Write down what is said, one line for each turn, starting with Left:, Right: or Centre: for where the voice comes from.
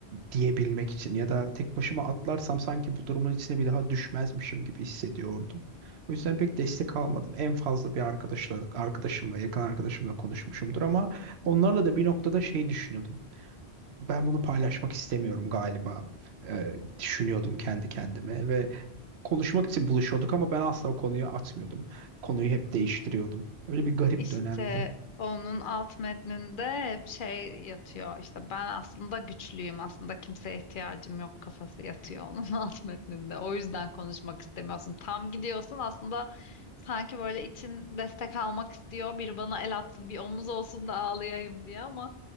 Right: diyebilmek için ya da tek başıma atlarsam sanki bu durumun içine bir daha düşmezmişim gibi hissediyordum. O yüzden pek destek almadım. En fazla bir arkadaşla, arkadaşımla, yakın arkadaşımla konuşmuşumdur ama
Left: Hmm.
Right: onlarla da bir noktada şey düşünüyordum. Ben bunu paylaşmak istemiyorum galiba. e, düşünüyordum kendi kendime ve konuşmak için buluşuyorduk ama ben asla o konuyu atmıyordum. Konuyu hep değiştiriyordum. Öyle bir garip
Left: İşte
Right: dönemdi.
Left: onun alt metninde hep şey yatıyor İşte ben aslında güçlüyüm aslında kimseye ihtiyacım yok kafası yatıyor onun <laughs> alt metninde o yüzden konuşmak istemiyorsun tam gidiyorsun aslında sanki böyle için destek almak istiyor bir bana el atsın bir omuz olsun da ağlayayım diye ama